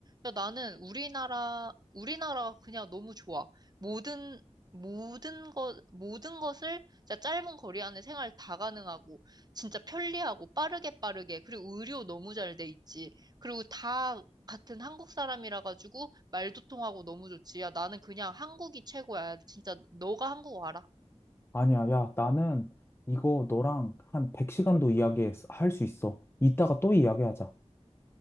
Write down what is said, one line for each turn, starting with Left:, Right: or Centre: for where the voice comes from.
Right: 야, 나는 우리나라, 우리나라가 그냥 너무 좋아. 모든, 모든 것, 모든 것을 진짜 짧은 거리 안에 생활 다 가능하고, 진짜 편리하고 빠르게 빠르게 그리고 의료 너무 잘 돼 있지. 그리고 다 같은 한국 사람이라 가지고 말도 통하고 너무 좋지. 야, 나는 그냥 한국이 최고야. 진짜 너가 한국 와라.
Left: 아니야, 야, 나는 이거 너랑 한 100시간도 이야기할 수 있어. 이따가 또 이야기하자.